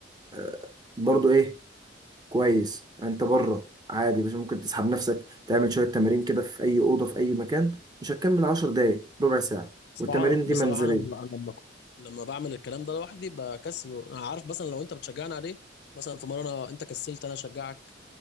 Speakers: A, on the right (about 20°); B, on the left (about 55°).
A: آه، برضو ايه كويس انت بره عادي بس ممكن تسحب نفسك تعمل شوية تمارين كده في اي أوضة في اي مكان مش هتكمل عشر دقايق ربع ساعة
B: بصراحة
A: والتمارين
B: بصراحة
A: دي منزلية
B: أنا لما أنا لما لما بعمل الكلام ده لوحدي بكسله أنا عارف مثلا لو أنت بتشجعني عليه مثلا في مرة أنا أنت كسلت أنا أشجعك